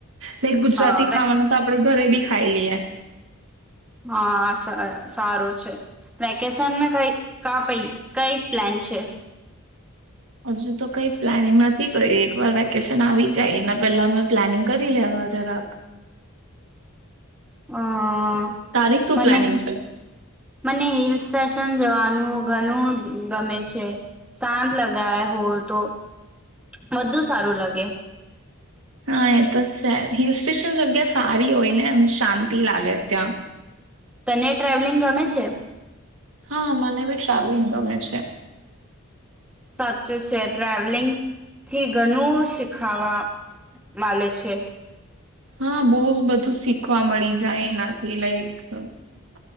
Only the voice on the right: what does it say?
લાઈક ગુજરાતી
ખાવાનું તો આપડે ઘરે બી ખાઈ લિયે.
હજુ તો કઈ પ્લાનિંગ નથી કરી એક વાર વેકેશન આવી જાય એના પહેલા અમે પ્લાનિંગ કરી લેવા જરાક.
તારી શું
પ્લાનિંગ છે
હા એતો જ તે હિલ સ્ટેશન જગ્યા સારી હોય ને એમ શાંતિ લાગે ત્યાં.
હા મને બી ટ્રાવેલિંગ ગમે છે.
હા, બહુજ બધું શીખવા મળી જાય એનાથી લઈક અહ